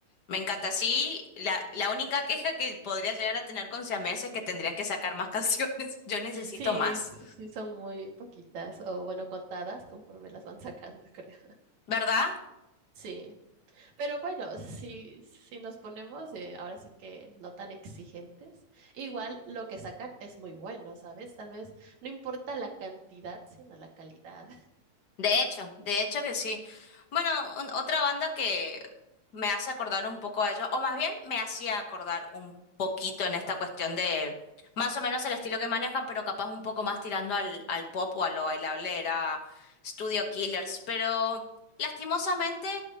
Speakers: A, on the left; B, on the right.
A: me encanta. Sí, la, la única queja que podría llegar a tener con siamés es que tendrían que sacar más <laughs> canciones. Yo necesito
B: Sí,
A: más,
B: s- sí son muy poquitas o, bueno, contadas conforme las van sacando, <laughs> creo.
A: ¿verdad?
B: Sí. Pero bueno, si, si nos ponemos eh, ahora sí que no tan exigentes, igual lo que sacan es muy bueno, ¿sabes? Tal vez no importa la cantidad, sino la calidad.
A: De hecho, de hecho que sí. Bueno, un- otra banda que me hace acordar un poco a ellos, o más bien me hacía acordar un poquito en esta cuestión de más o menos el estilo que manejan, pero capaz un poco más tirando al, al pop o a lo bailable, era Studio Killers. Pero lastimosamente